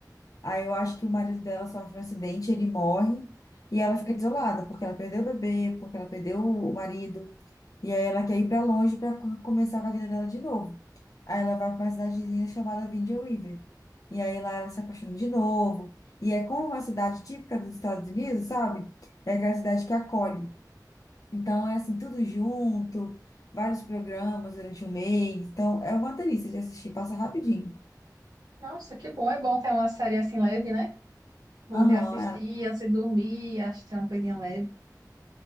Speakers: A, on the left; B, on the right.
A: Aí eu acho que o marido dela sofre um acidente, ele morre e ela fica desolada, porque ela perdeu o bebê, porque ela perdeu o marido. E aí ela quer ir pra longe pra co- começar com a vida dela de novo. Aí ela vai pra uma cidadezinha chamada Vindia River. E aí lá ela se apaixona de novo. E é como uma cidade típica dos Estados Unidos, sabe? É aquela cidade que acolhe. Então é assim, tudo junto, vários programas durante o mês. Então é uma delícia de assistir, passa rapidinho.
B: Nossa, que bom. É bom ter uma série assim leve, né? Bom
A: Aham,
B: de assistir,
A: ela,
B: antes de dormir, assistir uma coisinha leve.